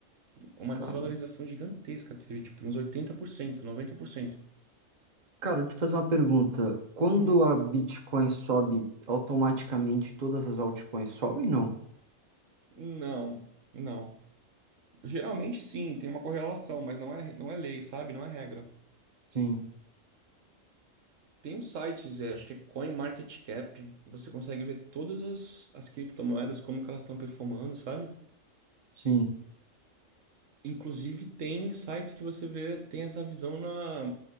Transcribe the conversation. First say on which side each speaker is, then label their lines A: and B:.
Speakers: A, on the right; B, on the right.
A: Uma
B: cara.
A: desvalorização gigantesca teve, tipo, uns 80%, 90%.
B: Cara, deixa eu te fazer uma pergunta. Quando
A: Uhum.
B: a Bitcoin sobe, automaticamente todas as altcoins sobem, não?
A: Não, não. Geralmente sim, tem uma correlação, mas não é, não é lei, sabe? Não é regra.
B: Sim,
A: Tem uns sites, é, acho que é CoinMarketCap, você consegue ver todas as, as criptomoedas, como que elas estão performando, sabe?
B: sim.
A: Inclusive tem sites que você vê, tem essa visão na,